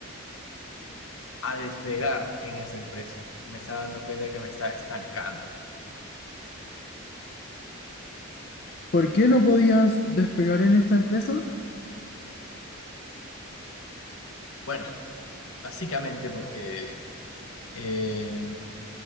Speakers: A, on the left (about 70°); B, on the left (about 45°).
A: a despegar en esa empresa. Me estaba dando cuenta que me estaba estancando.
B: ¿Por qué no podías despegar en esta empresa?
A: Bueno, básicamente porque eh,